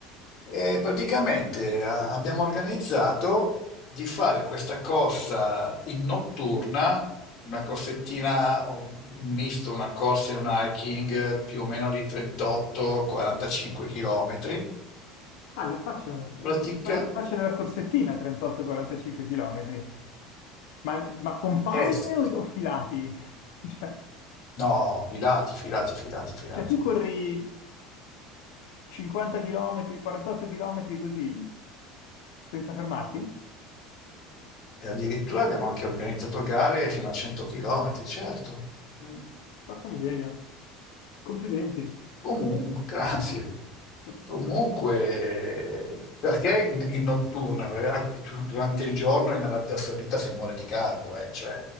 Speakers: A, on the left (about 40°); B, on the left (about 70°).
A: e praticamente a- abbiamo organizzato di fare questa corsa in notturna una corsettina, o un misto, una corsa e un hiking eh, più o meno di 38-45 km.
B: Ah, la faccia, la
A: Pratica
B: faccia della corsettina, 38-45 km. Ma, ma con pause
A: est.
B: o, o filati? <laughs> Cioè,
A: No, filati, filati, filati, filati.
B: cioè, tu corri 50 km, 48 km così, senza fermarti?
A: E addirittura abbiamo anche organizzato gare fino a 100 km, certo. Mm.
B: Porca miseria. Complimenti.
A: Comunque, grazie.
B: Cioè,
A: Comunque, perché in, in notturna? Perché du- durante il giorno in Arabia Saudita si muore di caldo, eh, cioè.